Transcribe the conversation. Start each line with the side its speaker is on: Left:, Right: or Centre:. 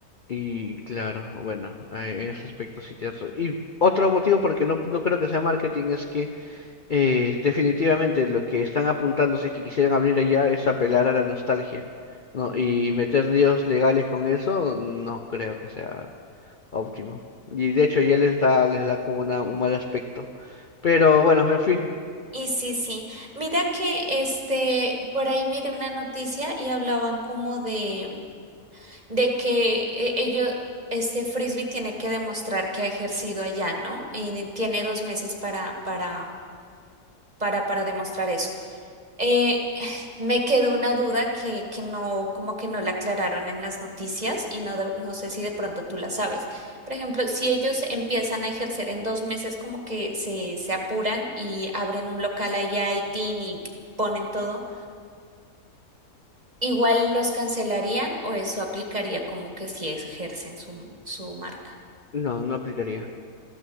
Left: Y claro, bueno, eh, en ese aspecto sí tienes razón. Y otro motivo porque no, no creo que sea marketing es que eh, definitivamente lo que están apuntando, si es que quisieran abrir allá, es apelar a la nostalgia, ¿no? Y meter líos legales con eso, no creo que sea. óptimo. Y de hecho ya les da, les da como una, un mal aspecto. Pero bueno, en fin,
Right: Y sí, sí. Mira que este, por ahí miré una noticia y hablaban como de, de que eh, ellos, este Frisbee tiene que demostrar que ha ejercido allá, ¿no? Y tiene dos meses para, para, para, para demostrar eso. Eh, <sighs> me quedó una duda que, que no, como que no la aclararon en las noticias y no, de- no sé si de pronto tú la sabes. Por ejemplo, si ellos empiezan a ejercer en dos meses, como que se, se apuran y abren un local allá y tin y ponen todo, ¿igual los cancelarían o eso aplicaría como que si ejercen su, su marca?
Left: no, no aplicaría.